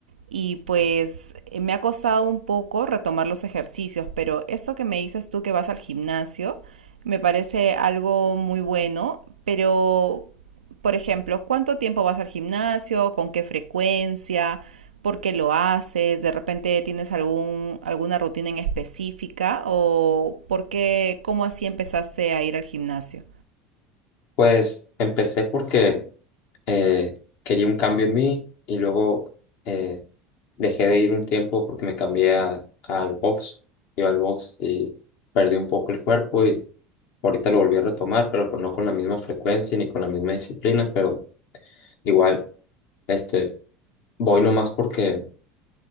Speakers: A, on the right; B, on the left.
A: y pues eh, me ha costado un poco retomar los ejercicios, pero esto que me dices tú que vas al gimnasio me parece algo muy bueno, pero por ejemplo, ¿cuánto tiempo vas al gimnasio? ¿Con qué frecuencia? ¿Por qué lo haces? ¿De repente tienes algún, alguna rutina en específica? ¿O por qué, cómo así empezaste a ir al gimnasio?
B: Pues empecé porque eh, quería un cambio en mí y luego eh, dejé de ir un tiempo porque me cambié a- al box. Yo al box y perdí un poco el cuerpo y ahorita lo volví a retomar, pero pues no con la misma frecuencia ni con la misma disciplina, pero igual, este, voy nomás porque